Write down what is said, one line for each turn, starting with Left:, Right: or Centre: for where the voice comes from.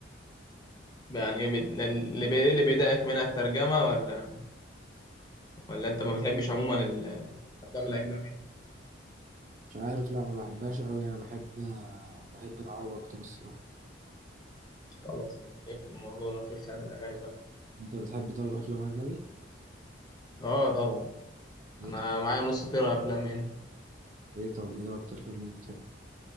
Left: يعني إيه بت- اللي بي- اللي بيضايقك منها الترجمه ولا ولا انت ما بتحبش عموما ال- الافلام الاجنبي
Right: مش عارف لأ ما بحبهاش أوي يعني بحب آه بحب العربي أكتر الصراحة
Left: خلاص يعني ايه في الموضوع ده نخش على الاغاني بقى
Right: أنت بتحب طب أفلام أجنبي؟
Left: اه طبعا
Right: إيه
Left: انا
Right: طب
Left: معايا نص طيره افلام هنا
Right: إيه طب إيه أكتر فيلم بتحب؟